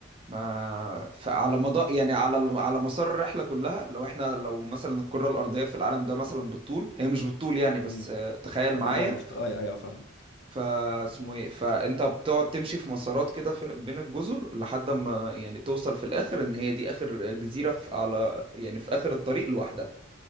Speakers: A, on the right (about 25°); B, on the left (about 55°).
A: ما فعلى مدار يعني على الم- على مسار الرحله كلها لو احنا لو مثلا الكره الارضيه في العالم ده مثلا بالطول هي مش بالطول يعني بس
B: امم
A: آه، تخيل معايا
B: اما انا بخت اي اي فاهم
A: فاسمه ايه فانت بتقعد تمشي في مسارات كده فين- بين الجزر لحد ما يعني توصل في الاخر ان هي دي اخر جزيره في على يعني في اخر الطريق لوحدها